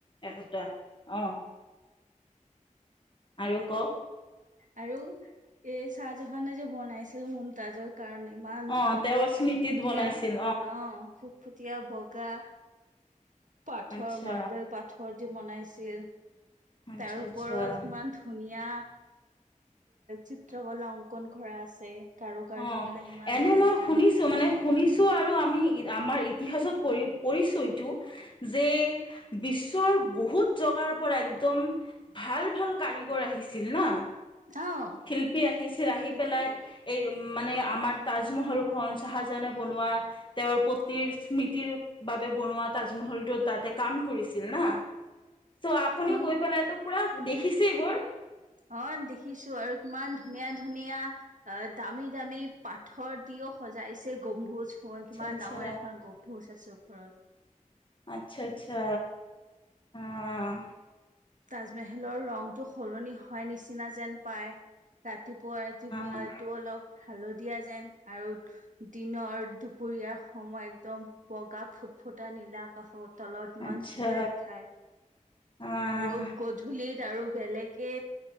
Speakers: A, on the left; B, on the right.
A: একটা আহ। আৰু কওক
B: আৰু এই চাহ জাহানে যে বনাইছিল মমতাজক কাৰণ ইমান
A: অ
B: ধুনীয়া
A: তেওঁৰ
B: ফুটফুটীয়া
A: স্মৃতিত বনাইছিল
B: অ ফুটফুটীয়া বগ কা পাথৰ
A: আচ্ছা
B: মাৰ্বেল পাথৰ দি বনাইছিল।
A: আচ্ছা
B: তাৰ ওপৰত
A: আচ্ছা
B: কিমান ধুনীয়া চিত্ৰকলাৰ অংকন কৰা আছে। কাৰু কাৰ্য
A: অ
B: বিলাক ইমান
A: এনে
B: ধুনীয়া
A: মই শুনিছো মানে শুনিছো। আৰু আমি আমাৰ ইতিহছত পৰি পৰিছো এইটো যে বিশ্বৰ বহুত জগাৰ পৰা একদম ভাল ভাল কাৰিকৰ আহিছিল ন।
B: আহ
A: শিল্পী আহিছিল আহি
B: সেইটোৱেই
A: পেলাই এই উ মানে আমাৰ তাজমহল খন চাহজাহানে বনোৱা তেওঁৰ পত্নীৰ স্মৃতিৰ বাবে বনোৱা তাজমহলটো তাতে কাম কৰিছিল ন। চ' আপুনি
B: অ
A: গৈ পেলাই তো পুৰা দেখিছে এইবোৰ
B: অ দেখিছো আৰু কিমান ধুনীয়া ধুনীয়া অ দামী দামী পাথৰ দি ক সজাইছে গম্ভোজ ফন
A: আচ্ছা
B: কিমান
A: আচ্ছা
B: ডাঙৰ এখন গম্ভোজ আছে ওপৰত
A: আচ্ছা আচ্ছা আহ,
B: তাজমহলৰ ৰংটো সলনি হয় নিচিনা যেন পায়। ৰাতিপুৱা ৰাতিপুৱা
A: অ'।
B: এইটো অলপ হালধীয়া যেন আৰু দিনৰ দুপৰীয়াৰ সময় একদম বগা ফুটফুট ফুটা নীলাক আকৌ তলত
A: আচ্ছা
B: ইমান ধুনীয়া দিখাই
A: আহ
B: আৰু গধূলিত আৰু বেলেগে